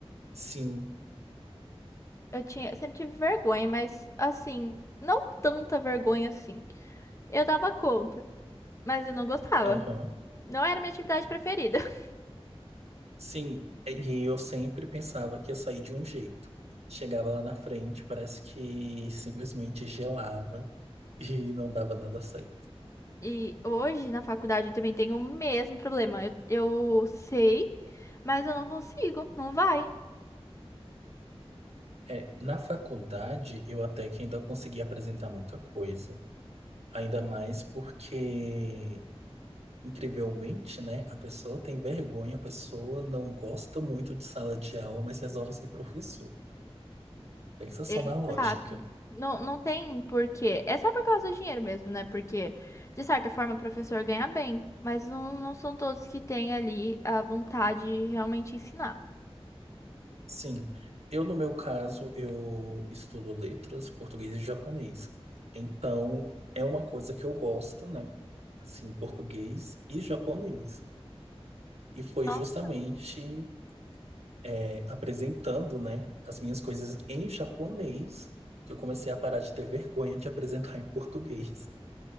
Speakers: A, on the right (about 85°); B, on the left (about 30°).
A: Sim,
B: eu tinha, sempre tive vergonha, mas assim, não tanta vergonha assim. Eu dava conta, mas eu não gostava.
A: aham.
B: Não era minha atividade preferida. <laughs>
A: Sim, é, e eu sempre pensava que ia sair de um jeito. Chegava lá na frente, parece que simplesmente gelava <laughs> e não dava nada certo.
B: E hoje, na faculdade, eu também tenho o mesmo problema. Eu, eu sei, mas eu não consigo, não vai.
A: É, na faculdade, eu até que ainda consegui apresentar muita coisa. Ainda mais porque, incrivelmente, né, a pessoa tem vergonha, a pessoa não gosta muito de sala de aula, mas resolve ser professor. Pensa só
B: Exato.
A: na lógica.
B: Não, não tem porquê. É só por causa do dinheiro mesmo, né? Porque, de certa forma, o professor ganha bem, mas não, não são todos que têm ali a vontade de realmente ensinar.
A: Sim, eu no meu caso, eu estudo letras, português e japonês. Então, é uma coisa que eu gosto, né? Assim, português e japonês. E foi
B: Nossa,
A: justamente é, apresentando, né, as minhas coisas em japonês que eu comecei a parar de ter vergonha de apresentar em português.